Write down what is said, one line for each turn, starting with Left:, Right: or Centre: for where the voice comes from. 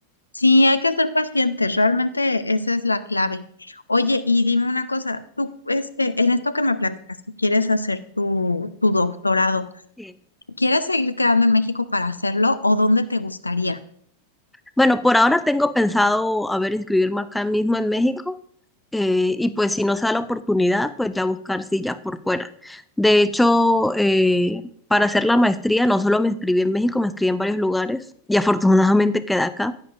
Left: Sí, hay que ser pacientes, realmente esa es la clave. Oye, y dime una cosa, tú, este, en esto que me platicas, que quieres hacer tu, tu doctorado,
Centre: Sí,
Left: ¿Quieres seguir quedando en México para hacerlo o dónde te gustaría?
Centre: Bueno, por ahora tengo pensado, a ver, inscribirme acá mismo en México eh, y pues si no se da la oportunidad, pues ya buscar silla por fuera. De hecho, eh, para hacer la maestría no solo me inscribí en México, me inscribí en varios lugares y afortunadamente quedé acá.